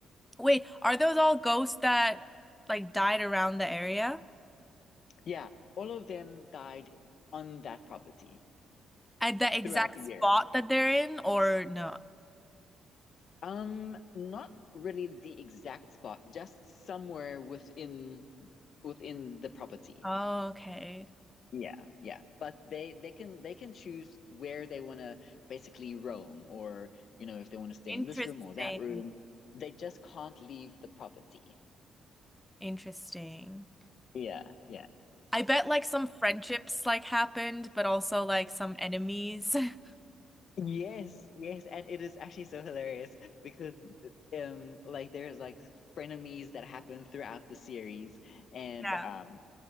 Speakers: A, in the centre; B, on the left (about 60°).
A: Wait, are those all ghosts that like died around the area
B: Yeah, all of them died on that property
A: at the exact
B: throughout the years.
A: spot that they're in, or no?
B: Um, not really the exact spot, just somewhere within within the property.
A: Oh, okay.
B: Yeah, yeah, but they they can they can choose where they want to basically roam, or you know if they want to stay
A: Interesting.
B: in this room or that room. They just can't leave the property.
A: Interesting.
B: Yeah, yeah.
A: I bet like some friendships like happened, but also like some enemies. <laughs>
B: Yes, yes, and it is actually so hilarious because um like there's like frenemies that happen throughout the series and
A: Yeah.
B: um